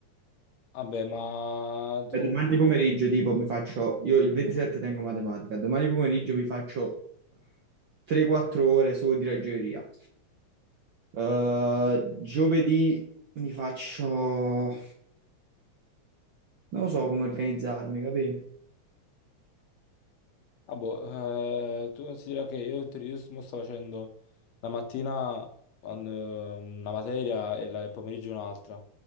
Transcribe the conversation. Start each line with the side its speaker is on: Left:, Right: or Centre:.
Left: Vabbè, ma tu
Right: E domani pomeriggio, tipo, mi faccio, io il 27 tengo matematica, domani pomeriggio mi faccio 3-4 ore solo di ragioneria. Eh, giovedì mi faccio, non lo so come organizzarmi, capito?
Left: Ah boh, eh, tu considera che io, in teoria- io mo sto facendo la mattina quando- una materia e la- il pomeriggio un'altra,